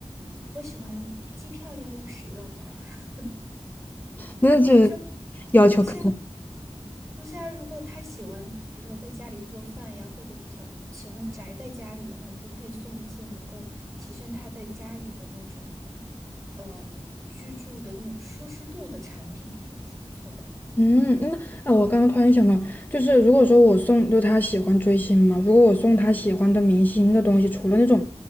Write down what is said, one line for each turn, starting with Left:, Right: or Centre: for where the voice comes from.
Right: 我喜欢既漂亮又实用的，<laughs>
Left: 那这
Right: 比如说，
Left: 要求可。
Right: 不是啊，不是啊，如果他喜欢，比如说在家里做饭呀，或者比较喜欢宅在家里的话，你就可以送一些能够提升他在家里的那种，呃，居住的那种舒适度的产品，我觉得是不错的。
Left: 嗯，那啊，我刚刚突然想到，就是如果说我送，就他喜欢追星嘛，如果我送他喜欢的明星的东西，除了那种